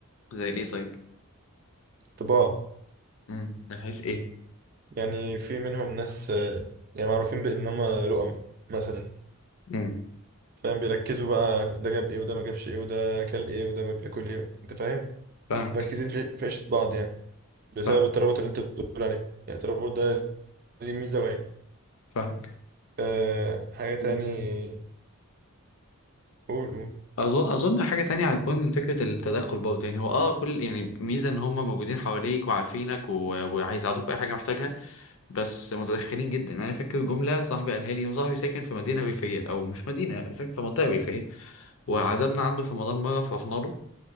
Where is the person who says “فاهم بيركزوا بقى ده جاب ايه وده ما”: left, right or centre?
Right